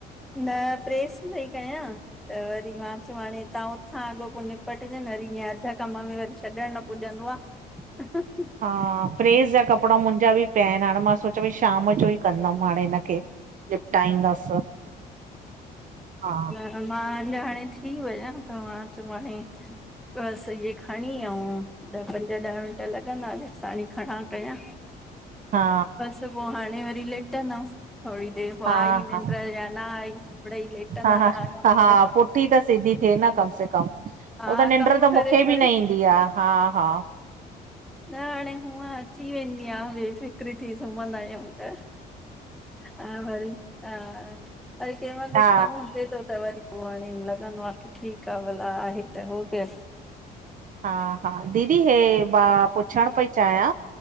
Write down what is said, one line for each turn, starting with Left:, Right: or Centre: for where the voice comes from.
Centre: न प्रेस पई कयां। त वरी मां चयो हाणे तां उथां अॻो पो निपटजन वरी ईअं अध कम में वरी छॾण न पुॼंदो आ। त
Right: हा प्रेस ॼा कपड़ा मुंजा ॿि पया आयन हाणे मां सोचयो भई शाम ॼो ई कंदम हाणे हिनखे। निपटाईंदास, हा।
Centre: त मां अञा हाणे थी वञा त मां चयो हाणे बसि इहे खणी ऐं ॾह पंज ॾह मिंट लॻंदा जेसि ताणी खणा कयां।
Right: हा।
Centre: त पोइ हाणे वरी लेटंदमि थोरी देरि पोइ
Right: हा
Centre: आई निंड
Right: हा
Centre: या न आई। लेटंदा
Right: हा हा
Centre: त आहियूं
Right: ह हा
Centre: पर
Right: पुठी त सिधी थिए न कम से कम उह
Centre: हा
Right: त निंड
Centre: कम
Right: त
Centre: करे
Right: मूंखे
Centre: करे
Right: बि न ईंदी आहे हा हा।
Centre: न हाणे हूअं अची वेंदी आहे बेफ़िक्री थी सुम्हंदा आहियूं त। हा भई हा, हल कंहिं माल कुझु
Right: हा
Centre: कम हूंजे त त वरी पोइ हाणे लॻंदो आहे कि ठीकु आहे भला आहे त हो कर।
Right: हा हा दीदी हे मां पुछण पई चाहियां?